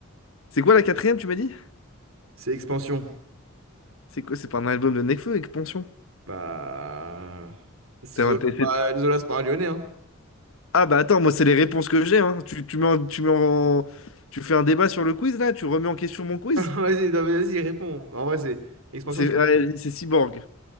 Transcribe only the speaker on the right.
C'est Expansion.
Bah. c'est
Zola,
c'est
pas, Zola, c'est pas un Lyonnais, hein.
<laughs> Vas-y, non, mais vas-y, réponds. En vrai, c'est. Expansion,
je connais.